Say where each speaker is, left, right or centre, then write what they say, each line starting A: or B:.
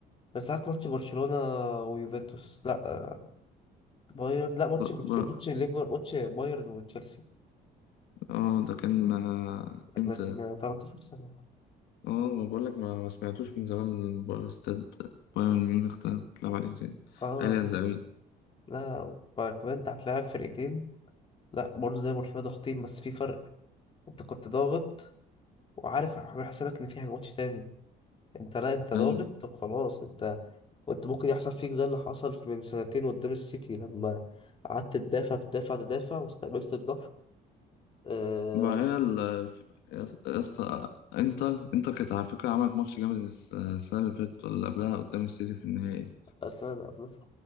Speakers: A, on the left (about 30°); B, on the left (about 80°).
A: من ساعة ماتش برشلونة ويوفنتوس لا آه، بايرن لا ماتش
B: ب...
A: برشلونة
B: ب...
A: ماتش ليفر ماتش بايرن وتشيلسي
B: اه ده كان آه، امتى
A: من
B: ده؟
A: 13 سنة
B: اه ما بقولك ما... ما سمعتوش من زمان من ب- استاد بايرن ميونخ ده تلعب عليه تاني
A: اه
B: أليانز أرينا
A: لا وكمان انت هتلاعب فرقتين لا برضه زي برشلونة ضاغطين بس في فرق انت كنت ضاغط وعارف عامل حسابك ان فيها ماتش تاني انت لا انت ضاغط
B: أيوه
A: وخلاص انت وانت ممكن يحصل فيك زي اللي حصل من سنتين قدام السيتي لما قعدت تدافع تدافع تدافع واستقبلت الضغط آه،
B: ما هي ال يا اسطى انتر انتر كانت على فكرة عملت ماتش جامد الس- السنة اللي فاتت ولا اللي قبلها قدام السيتي في النهائي
A: اصلا انا بس